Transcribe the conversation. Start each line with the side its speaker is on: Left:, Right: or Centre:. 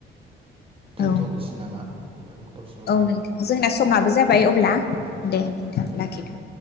Right: दोनथ'निसै
Left: औ
Right: नामा? मेम दसे
Left: औ नोंथां जोंना समाबो जा बाय अब्ला
Right: उम
Left: दे नोंथां। लाखिथ'।